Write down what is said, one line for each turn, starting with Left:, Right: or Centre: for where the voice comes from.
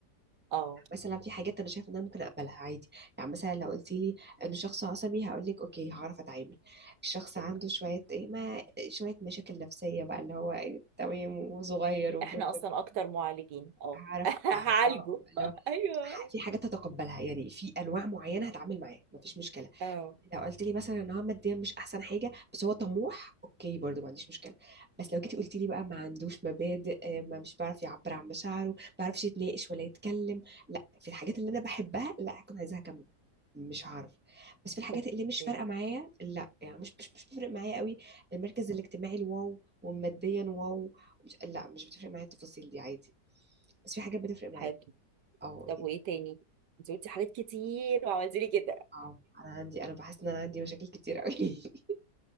Right: اه
Centre: مثلا في حاجات انا شايفه ان انا ممكن اقبلها عادي يعني مثلا لو قلت لي انه شخص عصبي هقول لك اوكي هعرف اتعامل الشخص عنده
Right: أوكي.
Centre: شويه ايه ما شويه مشاكل نفسيه بقى اللي هو إيه تمام وصغير وبلا
Right: احنا
Centre: بلا
Right: اصلا
Centre: بلا.
Right: اكتر معالجين اه
Centre: هعرف
Right: <laughs>
Centre: أتع-
Right: هعالجه
Centre: اه آه، اللي هو
Right: <laughs> ايوه
Centre: ح- في حاجات هتقبلها يعني في انواع معينه هتعامل معاها مفيش مشكله
Right: اه
Centre: لو قلت لي مثلا ان هو ماديا مش احسن حاجه بس هو طموح اوكي برضو ما عنديش مشكله بس لو جيتي قلت لي بقى ما عندوش مبادئ آه، ما مش بيعرف يعبر عن مشاعره ما بيعرفش يتناقش ولا يتكلم لا في الحاجات اللي انا بحبها لا هكون عايزاها كامله مش هعرف بس في الحاجات
Right: اوكي
Centre: اللي مش فارقه معايا لا يعني مش مش مش بتفرق معايا قوي المركز الاجتماعي الواو وماديا واو مش لا مش بتفرق معايا التفاصيل دي عادي بس في حاجات بتفرق معايا
Right: حلو
Centre: اه
Right: طب وايه تاني انت قلتي حاجات كتير وعملتي لي كده
Centre: اه انا عندي انا بحس ان انا عندي مشاكل كتير قوي <laughs>